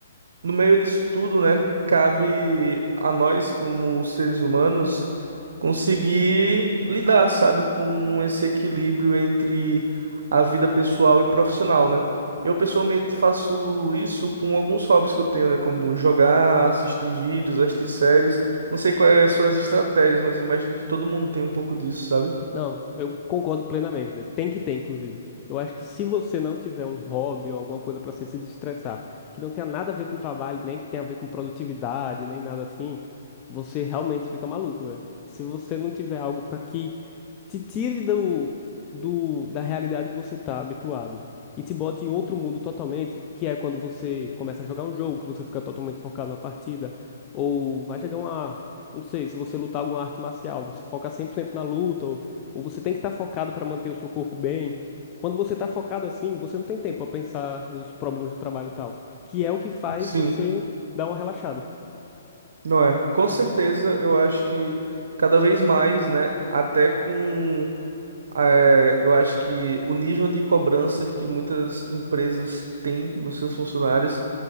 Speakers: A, on the right; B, on the left.
A: No meio disso tudo, né, cabe a nós, como seres humanos, conseguir lidar, sabe, com esse equilíbrio entre a vida pessoal e profissional, né? Eu pessoalmente faço isso com alguns hobbies que eu tenho, né, como jogar, assistir vídeos, assistir séries. Não sei quais são as suas estratégias, mas eu imagino que todo mundo tem um pouco disso, sabe?
B: Não, eu concordo plenamente, velho. Tem que ter, inclusive. Eu acho que se você não tiver um hobby ou alguma coisa pra você se destressar, que não tenha nada a ver com trabalho, nem que tenha a ver com produtividade, nem nada assim, você realmente fica maluco, velho. Se você não tiver algo pra que te tire do, do, da realidade que você está habituado e te bote em outro mundo totalmente, que é quando você começa a jogar um jogo, que você fica totalmente focado na partida, ou vai jogar uma, não sei, se você lutar alguma arte marcial, você foca 100% na luta, ou, ou você tem que estar focado para manter o seu corpo bem. Quando você está focado assim, você não tem tempo a pensar nos problemas do trabalho e tal, que é o que faz
A: Sim,
B: você dar uma relaxada.
A: não é. Com certeza, eu acho que cada vez mais, né, até com É, eu acho que o nível de cobrança que muitas empresas têm dos seus funcionários,